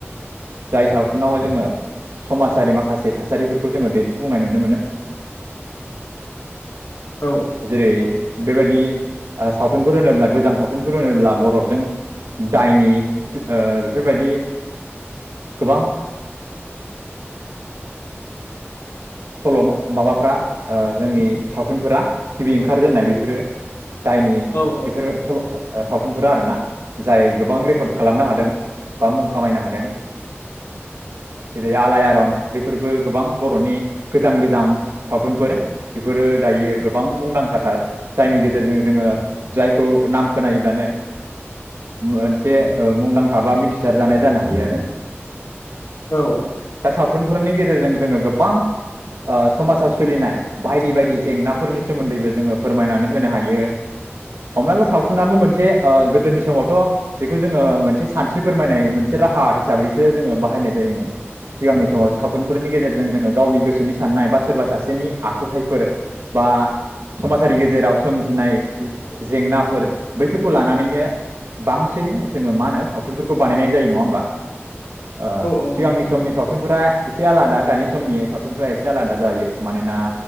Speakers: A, on the right; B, on the left.
A: जाय सावथुनाव जोङो समाजारि माखासे थासारिफोरखौ जोङो दिन्थिफुंनाय नुनो मोनो।
B: औ
A: जेरै बेबादि ओ सावथुनफोर होनोब्ला गोजाम सावथुनफोर होनोब्ला बर'जों दायनि ओ बेफोरबादि गोबां सल'मा माबाफ्रा ओ जोंनि सावथुनफोरा गिबि ओंखारजेन्नाय बेफोरो दायनि
B: औ
A: बेफोरो सल' सा ओ सावथुनफोरा आरोना जाय गोबां रेकड खालामनो हादों बा <inaudible> खामायनो हादों जेरै आलाइ आरन बेफोरबो गोबां बर'नि गोजाम गोजाम सावथुनफोर बेफोरो दायो गोबां मुंदांखा। सार जायनि गेजेरजों जोङो जायखौ नाम खोनायोब्लानो मोनसे ओ मुंदांखा बा मिथिसार जानाय जानो हायो आरो।
B: औ
A: दा सावथुनफोरनि गेजेरजों जोङो गोब्बां ओ समाजाव सोलिनाय बायदि बायदि जेंनाफोरनि सोमोन्दैबो जोङो फोरमायनानै होनो हायो। हमना ला सावथुनाबो मोनसे ओ गोदोनि समावथ' बेखौ जोङो मोनसे सानस्रि फोरमायनाय मोनसे राहा हिसाबैसो जोङो बाहायनाय जायोमोन सिगांनि समाव सावथुनफोरनि गेजेरजों जोङो गावनि गोसोनि सान्नाय बा सोरबा सासेनि आखुथायफोर बा समाजारि गेजेराव सोमजिनाय जे-जेंनाफोर बैफोरखौ लानानैनो बांसिन जोङो मा होनो सावथुनफोरखौ बानायनाय जायो नङा होम्बा? ओ
B: औ
A: सिगांनि
B: नोंथां
A: समनि सावथुनफोरा एसे आलादा दानि समनि सावथुनफ्रा एसे आलादा जायो मानोना